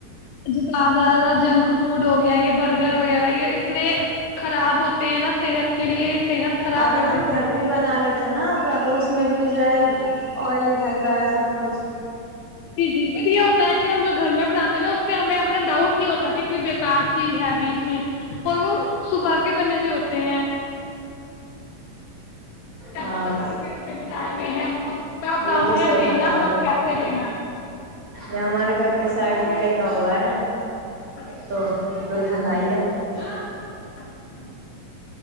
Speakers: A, on the left; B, on the right.
A: جت <unintelligible> ااجنک فوڈ ہو گیا یہ برگر وغیرہ یہ اتنے خراب ہوتے ہیں نا صحت کے لیے صحت خراب
B: اگر
A: کر
B: ہم
A: دیتے
B: گھر
A: ہیں
B: بھی بنا لیتے نا اپنا تو اس میں بھی جو ہے آئلی رہتا ہے سب کچھ
A: جی جی بٹ یہ ہوتا ہے کہ ہم جو گھر میں بناتے ہیں نا اس پہ ہمیں اپنا ڈاؤٹ نہیں ہوتا کہ کوئی کانچ <unintelligible> چیز ہے بیچ میں اور وہ سباگیہ بنے ہوئے ہوتے ہیں کیا
B: ہاں
A: پتا کب کے انہوں نے بنائے ہوئے ہیں م کا کام
B: یہ تو صحیح
A: ہے دینا
B: فرما
A: اور
B: رہے ہیں
A: پیسے لینا
B: یہ ہمارے گھر کے سائڈ میں لکھا ہوا ہے
A: اچھا
B: تو <unintelligible>
A: اچھا